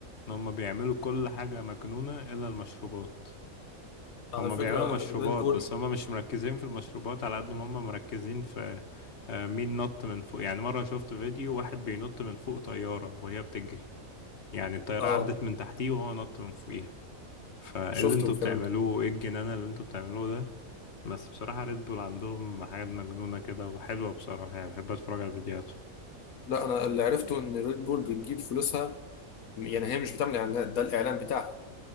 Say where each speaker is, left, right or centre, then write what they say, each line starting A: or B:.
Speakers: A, on the left (about 50°); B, on the left (about 80°).
A: إن هما بيعملوا كل حاجة مجنونة إلا المشروبات
B: على
A: هما
B: فكرة
A: بيعملوا مشروبات
B: ريد بول
A: بس هما مش مركزين في المشروبات على قد ما هما مركزين في آه، مين نط من فوق يعني مرة شفت فيديو واحد بينط من فوق طيارة وهي بتجري يعني الطيارة
B: اه
A: عدت من تحتيه وهو نط من فوقيها فايه
B: شفتوا
A: اللي انتوا
B: الكلام
A: بتعملوه
B: ده
A: ايه الجنان اللي انتوا بتعملوه ده بس بصراحة ريد بول عندهم حاجات مجنونة كده وحلوة بصراحة يعني بحب اتفرج على فيديوهاته
B: لا انا اللي عرفته ان ريد بول بتجيب فلوسها يعني هي مش بتعمل اعلانات ده الاعلان بتاعها